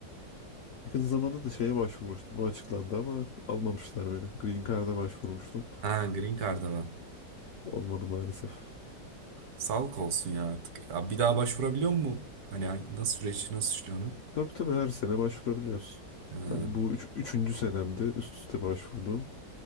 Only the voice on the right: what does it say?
Ha Green Card'a var.
Sağlık olsun ya artık. Ya bir daha başvurabiliyor mu? Hani hangi- nasıl süreç nasıl işliyor onun?
Ee,